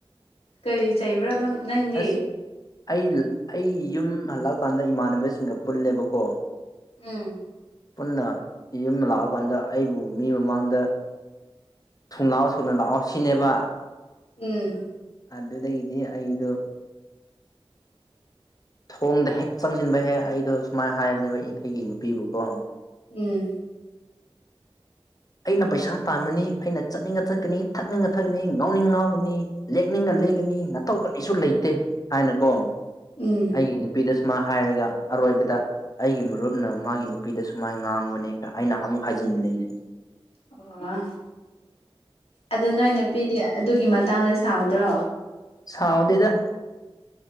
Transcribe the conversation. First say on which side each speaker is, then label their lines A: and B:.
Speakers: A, on the left; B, on the left.
A: ꯀꯔꯤ ꯆꯩꯕ꯭ꯔꯥ ꯅꯪ ꯅꯪꯗꯤ
B: ꯑꯁ ꯑꯩ ꯑꯩ ꯌꯨꯝ ꯍꯜꯂꯛꯑꯀꯥꯟꯗ ꯏꯃꯥꯟꯅꯕꯁꯤꯡꯒ ꯄꯨꯜꯂꯦꯕꯀꯣ
A: ꯎꯝ
B: ꯄꯨꯟꯅ ꯌꯨꯝ ꯂꯥꯛꯑꯀꯥꯟꯗ ꯑꯩꯕꯨ ꯃꯤ ꯃꯃꯥꯡꯗ ꯊꯨꯅ ꯂꯥꯛꯑꯣ ꯊꯨꯅ ꯂꯥꯛꯑꯣ ꯁꯤꯅꯦꯕ
A: ꯎꯝ
B: ꯑꯗꯨꯗꯩꯗꯤ ꯑꯩꯗꯣ ꯊꯣꯡꯗ ꯍꯦꯛ ꯆꯪꯁꯤꯟꯕ ꯍꯦꯛ ꯑꯩꯗꯣ ꯁꯨꯃꯥꯏꯅ ꯍꯥꯏꯕꯅꯦꯕ ꯑꯩꯒꯤ ꯅꯨꯄꯤꯕꯨꯀꯣ
A: ꯎꯝ
B: ꯑꯩꯅ ꯄꯩꯁꯥ ꯇꯥꯟꯕꯅꯤ ꯑꯩꯅ ꯆꯠꯅꯤꯡꯉ ꯆꯠꯀꯅꯤ ꯊꯛꯅꯤꯡꯉ ꯊꯛꯀꯅꯤ ꯉꯥꯎꯅꯤꯡ ꯉꯥꯎꯒꯅꯤ ꯂꯦꯛꯅꯤꯡꯉ ꯂꯦꯛꯀꯅꯤ ꯅꯠꯇꯧ ꯀꯔꯤꯁꯨ ꯂꯩꯇꯦ ꯍꯥꯏꯅꯀꯣ
A: ꯎꯝ
B: ꯑꯩꯒꯤ ꯅꯨꯄꯤꯗ ꯁꯨꯃꯢ ꯍꯥꯏꯔꯒ ꯑꯔꯣꯏꯕꯗ ꯑꯩꯒꯤ ꯃꯔꯨꯞꯅ ꯃꯥꯒꯤ ꯅꯨꯄꯤꯗ ꯁꯨꯃꯥꯏ ꯉꯥꯡꯕꯅꯦ ꯑꯩꯅ ꯑꯃꯨꯛ ꯍꯥꯏꯖꯤꯟꯕꯅꯤ
A: ꯑꯣ ꯑꯗꯨ ꯅꯣꯏ ꯅꯨꯄꯤꯗꯤ ꯑꯗꯨꯒꯤ ꯃꯇꯥꯡꯗ ꯁꯥꯎꯗ꯭ꯔꯣ
B: ꯁꯥꯎꯗꯦꯗ